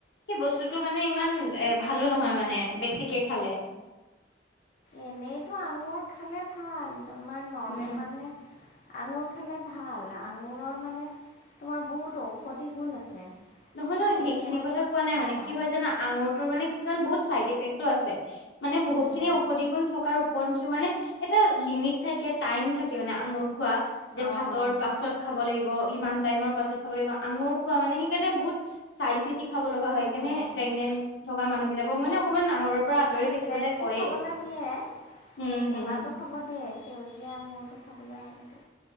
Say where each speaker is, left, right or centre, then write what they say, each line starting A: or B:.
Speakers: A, on the left (about 85°); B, on the left (about 50°).
A: সেই বস্তুতটো মানে ইমান এ ভালো নহয় মানে বেছিকে খালে।
B: এনেইতো আঙুৰ খালে ভাল, তোমাৰ নৰ্মেল
A: উম উম
B: মানুহে আঙুৰ খালে ভাল আঙুৰৰ মানে তোমাৰ বহুত ঔষধি গুণ আছে।
A: নহয় নহ সেইখিনি
B: এই মানে
A: কথা কোৱা নাই মানে,
B: অঁ
A: কি হয় জানা আঙুৰটোৰ মানে কিছুমান বহুত চাইড ইফেক্টো আছে, মানে বহুত
B: অঁ
A: খিনি ঔষধি গুণ থকাৰ <unintelligible> মানে এটা লিমিট থাকে টাইম থাকে মানে আঙুৰ খোৱা যে
B: অঁ
A: ভাতৰ পাছত খাব লাগিব ইমান টাইমৰ পাছত খাব লাগিব আঙুৰ খোৱা মানে সেইকাৰণে বহুত চাই চিতি খাব লগা হয়
B: উম,
A: সেইকাৰনে প্ৰেগনেন্ট থকা মানুহ বিলাক মোক মানে অকমান নাঙলৰৰ পৰা আঁতৰি
B: মানে
A: থাকিবলে
B: ব্লেকটো
A: কয়ে
B: খাবলৈ দিয়ে
A: উম-
B: ক'লাটো
A: উম।
B: খাব দিয়ে সেউজীয়া আঙুৰটো খাবলৈ হয় <unintelligible>